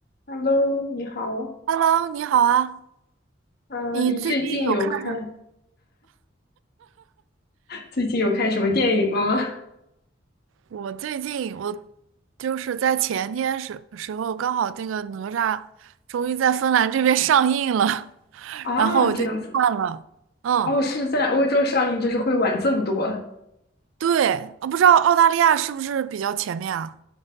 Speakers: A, on the left; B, on the right.
A: Hello，你好。
B: Hello，你好啊！
A: 呃，
B: 你最近有看什
A: 你最近有看最近有看什么电影吗？
B: 我最近我就是在前天时时候，刚好那个哪吒终于在芬兰这边上映了，<laughs>
A: <laughs> 啊，
B: 然后我就去看了。
A: 这样子。
B: 嗯，
A: 哦，是在欧洲上映，就是会晚这么多。啊，
B: 对，我不知道澳大利亚是不是比较前面啊？